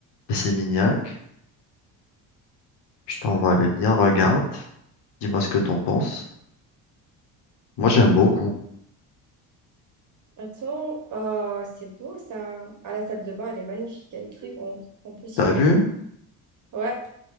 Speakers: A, on the left; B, on the right.
A: et c'est mignac. Je t'envoie le lien, regarde. Dis-moi ce que t'en penses. Moi, j'aime beaucoup.
B: Attends, euh, c'est beau ça. À la salle de bain, elle est magnifique, elle est très grande. On peut s'y
A: T'as
B: perdre.
A: vu?
B: Ouais,